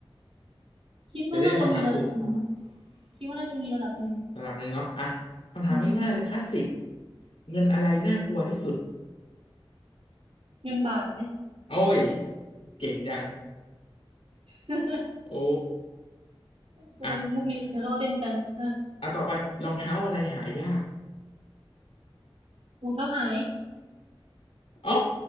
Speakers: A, on the right; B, on the left.
A: คิดว่าน่าจะมีระดับหนึ่งนะ
B: จะได้เลือกคำถามถูก
A: คิดว่าน่าจะมีระดับหนึ่ง
B: ระดับหนึ่งเนาะอ่ะคำถามง่ายๆเลยคลาสสิก
A: อืม
B: เงินอะไรน่ากลัวที่สุด
A: เงินบาทไหม
B: โอ้ยเก่งจัง
A: <laughs>
B: โอ้
A: โอ้ยมุกนี้เดี๋ยวเขาก็เล่นกันนะ
B: อ่ะเอาต่อไปรองเท้าอะไรหายาก
A: รองเท้าหาย
B: เอ้า